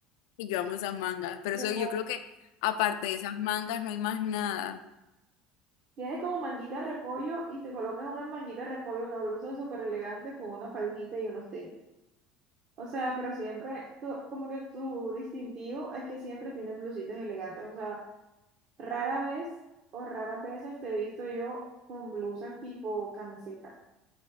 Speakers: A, on the left; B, on the right.
A: Y yo amo esas mangas. Pero eso
B: Reposo.
A: yo creo que aparte de esas mangas no hay más nada.
B: Tiene como manguita de repollo y te colocas una manguita de repollo, una blusa súper elegante con una faldita y unos tenis. O sea, pero siempre, tu- como que tu distintivo es que siempre tienes blusitas elegantes. O sea, rara vez o raras veces te he visto yo con blusas tipo camisetas.